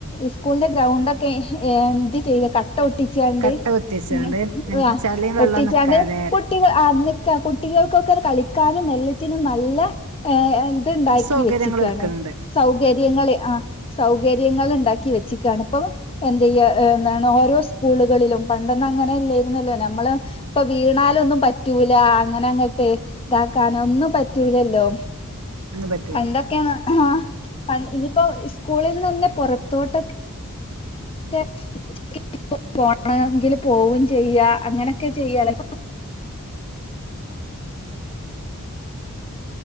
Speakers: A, on the left; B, on the right.
A: സ്കൂളിന്റെ ഗ്രൗണ്ട് ഒ <unintelligible> എന്ത് ചെയ്ത കട്ടോട്ടി ചാണ്ട്
B: കട്ട കുത്തിച്ചാണ്ട്
A: <unintelligible>
B: ചളിയും വെള്ളം
A: ഒട്ടിച്ചാണ്ട്
B: നിക്കാതെ
A: കുട്ടിക അ ന്ന് ക കുട്ടികൾക്കൊക്കെ അത് കളിക്കാനും എല്ല ത്തിനും നല്ല ഏ ഇത്ണ്ടാക്കി
B: സൗകര്യങ്ങൾ
A: വെച്ചക്കാണ്
B: ഒരുക്കുന്നുണ്ട്
A: സൗകര്യങ്ങളെ ആ സൗ കര്യങ്ങൾ ഇണ്ടാക്കി വെച്ചക്കാണ് ഇപ്പൊ എന്തെയ്യ <unintelligible> ഓരോ സ്കൂളുകളിലും പണ്ടന്നുംങ്ങനെല്ലായിരുന്നല്ലോ നമ്മള് ഇപ്പ വീണാലൊന്നും പറ്റൂല അങ്ങനെങ്ങട്ടെ ഇതാക്കാനൊന്നും പറ്റൂലല്ലോ
B: ഒന്നും പറ്റൂല
A: പണ്ടൊക്കെയാന്ന് അഹാ പ <unintelligible> ഇനിപ്പോ സ്കൂളിന്ന് തന്നെ പുറത്തോട്ടൊക്കെ <inaudible> പോണെങ്കിൽ പോവും ചെയ്യ അങ്ങനെ ഒക്കെ ചെയ്യാണ്